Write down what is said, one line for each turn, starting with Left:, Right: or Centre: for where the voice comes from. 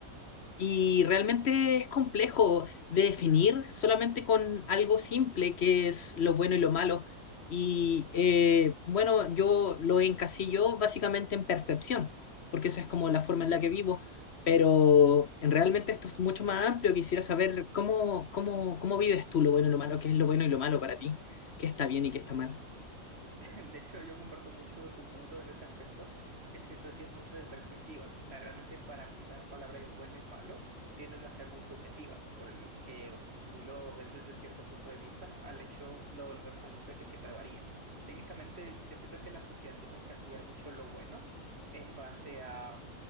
Left: Y realmente es complejo de definir solamente con algo simple, que es lo bueno y lo malo. Y eh, bueno, yo lo encasillo básicamente en percepción, porque esa es como la forma en la que vivo. Pero realmente esto es mucho más amplio. Quisiera saber cómo, cómo, cómo vives tú lo bueno y lo malo, qué es lo bueno y lo malo para ti, qué está bien y qué está mal.
Right: <laughs> De hecho, yo comparto mucho tu punto en ese aspecto, que siento que es mucho de perspectivas. O sea, realmente para mí la palabra de bueno y malo tienden a ser muy subjetivas, porque, o sea, si tú lo ves desde cierto punto de vista, al hecho, lo, lo vemos al hecho de que siempre varía. Técnicamente, yo siento que la sociedad tiende a encasillar mucho lo bueno en base a